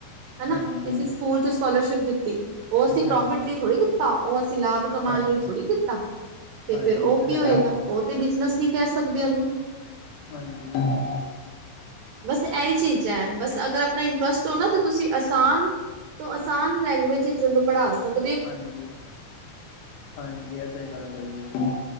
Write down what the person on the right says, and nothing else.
ਹਨਾ
ਕਿਸੇ ਸਕੂਲ ਚ ਸਕੋਲਰਸ਼ਿਪ ਦਿੱਤੀ, ਉਹ ਅਸੀਂ ਪ੍ਰੋਫਿਟ
ਲਈ ਥੋੜ੍ਹੀ ਕੀਤਾ। ਉਹ ਅਸੀਂ ਲਾਭ ਕਮਾਨ
ਲਈ ਥੋੜ੍ਹੀ ਕੀਤਾ ਤੇ
ਫੇਿਰ ਉਹ
ਕੀ
ਹੋਏਗਾ। ਉਹ ਤੇ ਬਿਜਨਸ ਨਹੀਂੀ ਕਹਿ ਸਕਦੇ ਉਹਨੂੰ?
ਬਸ ਏਹੀ ਚੀਜ਼ਾਂ ਬਸ ਅਗਰ ਆਪਣਾ ਇੰਟਰਸਟ ਹੋ ਨਾ ਤਾਂ ਤੁਸੀਂ ਆਸਾਨ ਤੋਂ ਆਸਾਨ ਲੈਂਗੁਏਜ ਵਿੱਚ ਉਹਨੂੰ ਪੜ੍ਹਾ ਸਕ